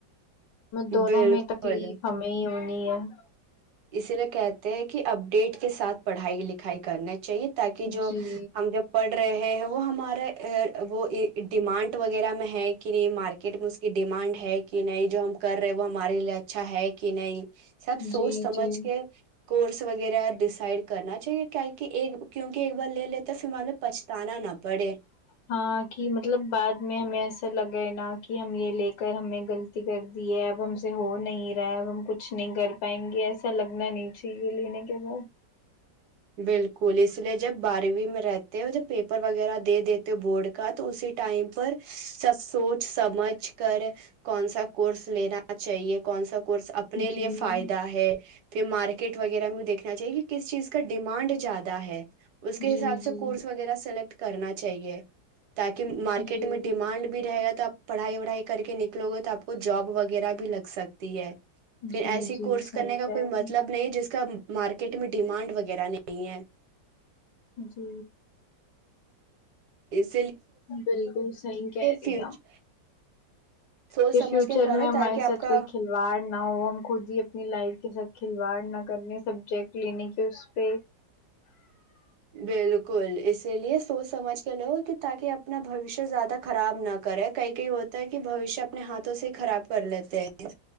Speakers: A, on the left (about 80°); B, on the right (about 65°).
A: دونوں
B: بالکل
A: میں تکلیف ہمیں نہیں نہیں
B: اسی لیے کہتے ہیں کہ اپڈیٹ کے ساتھ پڑھائی لکھائی کرنے چاہیے تاکہ جو
A: جی
B: ہم جب پڑھ رہے ہیں وہ ہمارا وہ ڈیمانٹ وغیرہ میں ہے مارکٹ م یہ ڈیمانڈ ہے کہ نہیں جو ہم کر رہے وہ ہمارے لیے اچھا ہے کہ نہیں سب سوچ
A: جی
B: سمجھ
A: جی
B: کے کورس وغیرہ ڈسائڈ کرنا چاہیے کہ کیونکہ بار لے لیتے پھر ہمیں پچھتانا نہ پڑے
A: ہاں کہ مطلب بعد میں ہمیں ایسا لگ گئے نا کہ ہم یہ لے کر ہمیں غلطی کر دی ہے اب ہم سے ہو نہیں رہا ہے اب ہم کچھ نہیں کر پائیں گے ایسا لگنا نہیں چاہیے لینے کے بعد
B: بالکل اس لیے جب بارہویں میں رہتے ہو جب پیپر وغیرہ دے دیتے ہو بورڈ کا تو اسی ٹائم پر سب سوچ سمجھ کر کون سا کورس لینا چاہیے کون سا کورس اپنے لیے
A: جی
B: فائدہ ہے پھر مارک کٹ وغیرہ بھی دیکھ چاہیے کہ کس چیز کو کا ڈیمانڈ زیادہ ہے اس کے
A: جی
B: حساب سے
A: جی
B: کورس وغیرہ سلیکٹ کرنا چاہیے تاکہ مارکیٹ
A: جی
B: میں ڈیمانڈ بھی رہے گا آپ پڑھائی وڑھائی کر کے نکلو گے تو آپ کو جاب وغیرہ بھی لگ سکتی ہے پھر
A: جی
B: ایسی
A: جی
B: کورس
A: صحیح
B: کرنے کا
A: کہہ رہی
B: کوئی مطلب
A: ہیں
B: نہیں جس کا مارکیٹ میں ڈیمانڈ وغیرہ وغیرہ نہیں ہے
A: جی
B: اس
A: بالکل صحیح کہہ رہی
B: فیوچ
A: ہیں آ
B: سوچ
A: پھر
B: سمجھ
A: فیوچر
B: کے کرو
A: میں ہمارے
B: تاکہ آپ
A: ساتھ
B: کا
A: کوئی کھلواڑ نہ ہو ہم خود ہی اپنی لائف کے ساتھ کھلواڑ نہ کرنے سبجیکٹ کلینک ہے اس پہ
B: بالکل اسی لیے سوچ سمج کے لو کہ تاکہ اپنا بوشیہ زیادہ خراب نہ کرے کئی کئی ہوتا ہے کہ بوشیہ اپنے ہاتھوں سے ہی خراب کر لیتے ہیں